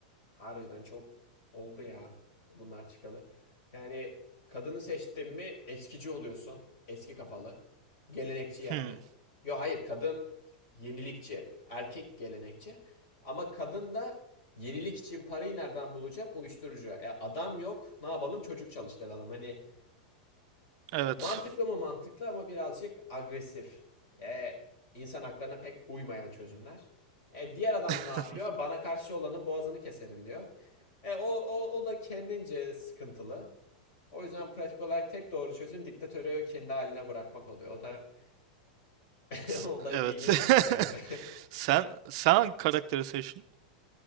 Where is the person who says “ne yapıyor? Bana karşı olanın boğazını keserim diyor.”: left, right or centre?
Left